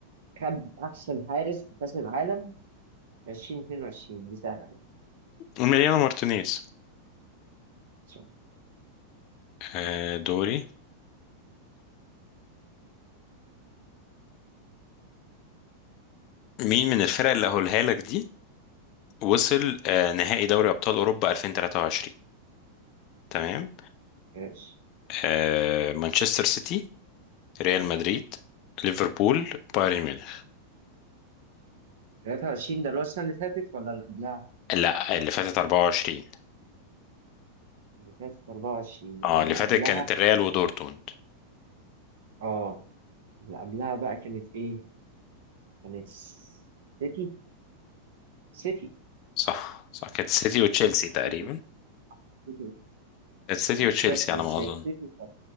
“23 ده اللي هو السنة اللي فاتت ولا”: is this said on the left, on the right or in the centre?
Right